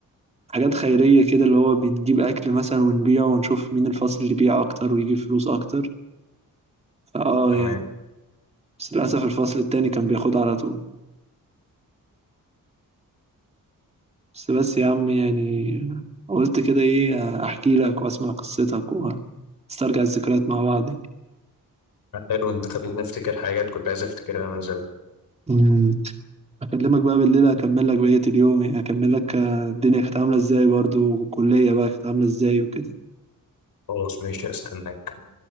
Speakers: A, on the right; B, on the left.
A: حاجات خيرية كده اللي هو بنجيب اكل مثلا ونبيعه ونشوف مين الفصل اللي بيع اكتر ويجيب فلوس اكتر فاه
B: تمام
A: يعني بس للاسف الفصل التاني كان بياخدها على طول بس بس يا عم يعني قلت كده ايه احكي لك واسمع قصتك نسترجع الذكريات مع بعض دي
B: حلو أنت خليتني أفتكر حاجات كنت عايز أفتكرها من زمان
A: مم. اكلمك بقى بالليل اكمل لك بقية اليوم يعني اكمل لك آه، الدنيا كانت عاملة ازاي برضو والكلية بقى كانت عاملة ازاي وكده
B: خلاص ماشي هستناك